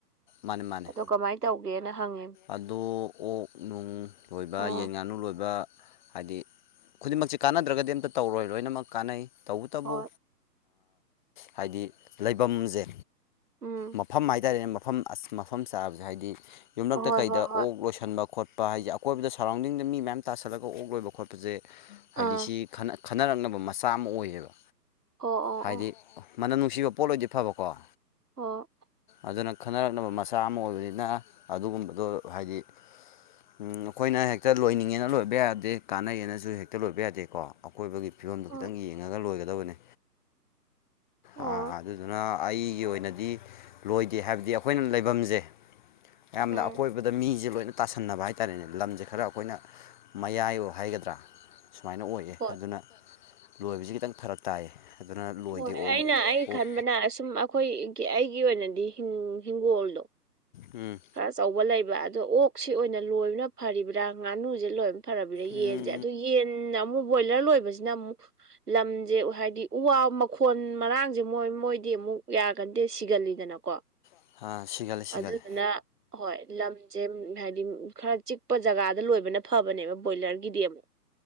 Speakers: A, on the left; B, on the right.
A: ꯃꯥꯅꯦ ꯃꯥꯅꯦ
B: ꯑꯗꯣ ꯀꯃꯥꯏꯅ ꯇꯧꯒꯦꯅ ꯍꯪꯉꯤꯅꯤ
A: ꯑꯗꯣ ꯑꯣꯛ ꯅꯨꯡ ꯂꯣꯏꯕ
B: ꯑꯥ
A: ꯌꯦꯟ ꯉꯥꯅꯨ ꯂꯣꯏꯕ ꯍꯥꯏꯗꯤ ꯈꯨꯗꯤꯡꯃꯛꯁꯦ ꯀꯥꯟꯅꯗ꯭ꯔꯒꯗꯤ ꯑꯝꯇ ꯇꯧꯔꯣꯏ ꯂꯣꯏꯅꯃꯛ ꯀꯥꯟꯅꯩ ꯇꯧꯕꯇꯕꯨ
B: ꯍꯣꯏ
A: ꯍꯥꯏꯗꯤ ꯂꯩꯐꯝꯁꯦ
B: ꯎꯝ
A: ꯃꯐꯝ ꯍꯥꯏꯇꯥꯔꯦꯅꯦ ꯃꯐꯝ ꯑꯁ ꯃꯐꯝ ꯆꯥꯕꯁꯦ ꯍꯥꯏꯗꯤ ꯌꯨꯝꯂꯛꯇ
B: ꯍꯣꯏ
A: ꯀꯩꯗ
B: ꯍꯣꯏ
A: ꯑꯣꯛ
B: ꯍꯣꯏ
A: ꯂꯣꯏꯁꯟꯕ ꯈꯣꯠꯄ ꯄ ꯍꯥꯏꯁꯦ ꯑꯀꯣꯏꯕꯗ ꯁꯔꯥꯎꯟꯗꯤꯡꯗ ꯃꯤ ꯃꯌꯥꯝ ꯇꯥꯁꯜꯂꯒ ꯑꯣꯛ ꯂꯣꯏꯕ ꯈꯣꯠꯄꯁꯦ ꯍꯥꯏꯗꯤ
B: ꯑꯥ
A: ꯁꯤ ꯈꯟꯅ ꯈꯟꯅꯔꯛꯅꯕ ꯃꯆꯥ ꯑꯃ ꯑꯣꯏꯌꯦꯕ
B: ꯑꯣ ꯑꯣ
A: ꯍꯥꯏꯗꯤ
B: ꯑꯣ
A: ꯃꯅꯝ ꯅꯨꯡꯁꯤꯕ ꯄꯣꯠ ꯑꯣꯏꯗꯤ ꯐꯕꯀꯣ
B: ꯑꯣ
A: ꯑꯗꯨꯅ ꯈꯟꯅꯔꯛꯅꯕ ꯃꯆꯥ ꯑꯃ ꯑꯣꯏꯕꯅꯤꯅ ꯑꯗꯨꯒꯨꯝꯕꯗꯣ ꯍꯥꯏꯗꯤ ꯎꯝ ꯑꯩꯈꯣꯏꯅ ꯍꯦꯛꯇ ꯂꯣꯏꯅꯤꯡꯉꯦꯅ ꯂꯣꯏꯕ ꯌꯥꯗꯦ ꯀꯥꯟꯅꯩꯌꯦꯅꯁꯨ ꯍꯦꯛꯇ ꯂꯣꯏꯕ ꯌꯥꯗꯦꯀꯣ ꯑꯀꯣꯏꯕꯒꯤ ꯐꯤꯕꯝꯗꯣ
B: ꯑꯣ
A: ꯈꯤꯇꯪ ꯌꯦꯡꯉꯒ ꯂꯣꯏꯒꯗꯕꯅꯦ
B: ꯑꯣ
A: ꯑꯥ ꯑꯗꯨꯗꯨꯅ ꯑꯩꯒꯤ ꯑꯣꯏꯅꯗꯤ ꯂꯣꯏꯗꯦ ꯍꯥꯏꯕꯗꯤ ꯑꯩꯈꯣꯏꯅ ꯂꯩꯐꯝꯁꯦ ꯌꯥꯝꯅ
B: ꯎꯝ
A: ꯑꯀꯣꯏꯕꯗ ꯃꯤꯁꯦ ꯂꯣꯏꯅ ꯇꯥꯁꯟꯅꯕ ꯍꯥꯏꯇꯥꯔꯦꯅꯦ ꯂꯝꯁꯦ ꯈꯔ ꯑꯩꯈꯣꯏꯅ ꯃꯌꯥꯏ ꯍꯥꯏꯒꯗ꯭ꯔꯥ ꯁꯨꯃꯥꯏꯅ ꯑꯣꯏ
B: ꯍꯣꯏ
A: ꯑꯗꯨꯅ ꯂꯣꯏꯕꯁꯤ ꯈꯤꯇꯪ ꯐꯔꯛ ꯇꯥꯏꯌꯦ ꯑꯗꯨꯅ ꯂꯣꯏꯗꯦ
B: ꯍꯣꯏ
A: ꯑꯣꯛ
B: ꯑꯩꯅ ꯑꯩ
A: ꯑꯣꯛ
B: ꯈꯟꯕꯅ ꯁꯨꯝ ꯑꯩꯈꯣꯏꯒꯤ ꯑꯩꯒꯤ ꯑꯣꯏꯅꯗꯤ ꯍꯤꯡꯒꯣꯜꯗꯣ
A: ꯎꯝ
B: ꯈꯔ ꯑꯆꯧꯕ ꯂꯩꯕ ꯑꯗꯣ ꯑꯣꯛꯁꯤ ꯑꯣꯏꯅ ꯂꯣꯏꯕꯅ ꯐꯔꯤꯕ꯭ꯔꯥ ꯉꯥꯅꯨꯁꯦ ꯂꯣꯏ ꯐꯔꯕ꯭ꯔ
A: ꯎꯝ
B: ꯌꯦꯟꯁꯦ ꯑꯗꯨ ꯌꯦꯟꯅ ꯑꯃꯨꯛ ꯕꯣꯏꯂꯔ ꯂꯣꯏꯕꯁꯤꯅ ꯑꯃꯨꯛ ꯂꯝꯁꯦ ꯍꯥꯏꯗꯤ ꯎ ꯋꯥ ꯃꯈꯣꯟ ꯃꯔꯥꯡꯁꯦ ꯃꯣꯏ ꯃꯣꯏꯗꯤ ꯑꯃꯨꯛ ꯌꯥꯒꯟꯗꯦ ꯁꯤꯒꯜꯂꯤꯗꯅꯀꯣ
A: ꯎꯝ ꯁꯤꯒꯠꯂꯦ ꯁꯤꯒꯠꯂꯦ
B: ꯑꯗꯨꯗꯨꯅ ꯍꯣꯏ ꯂꯝꯁꯦ ꯍꯥꯏꯗꯤ ꯈꯔ ꯆꯤꯛꯄ ꯖꯒꯥꯗ ꯂꯣꯏꯕꯅ ꯐꯕꯅꯦꯕ ꯕꯣꯏꯂꯔꯒꯤꯗꯤ ꯑꯃꯨꯛ